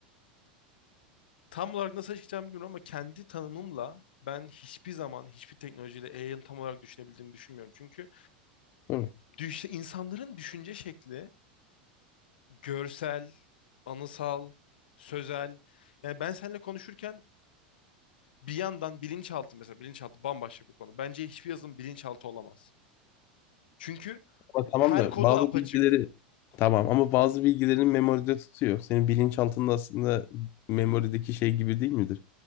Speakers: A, on the left; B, on the left.
A: tam olarak nasıl açıklayacağımı bilmiyorum ama kendi tanımımla ben hiçbir zaman hiçbir teknolojiyle AI'ın tam olarak düşünebildiğini düşünmüyorum. Çünkü
B: Değil mi?
A: düş insanların düşünce şekli görsel, anısal, sözel. Yani ben seninle konuşurken bir yandan bilinçaltı mesela bilinçaltı bambaşka bir konu. Bence hiçbir yazılım bilinçaltı olamaz. Çünkü
B: Ama tamam
A: her
B: da
A: kodu
B: bazı
A: apaçık.
B: bilgileri tamam ama bazı bilgilerin memoride tutuyor. Senin bilinçaltında aslında memorideki şey gibi değil midir?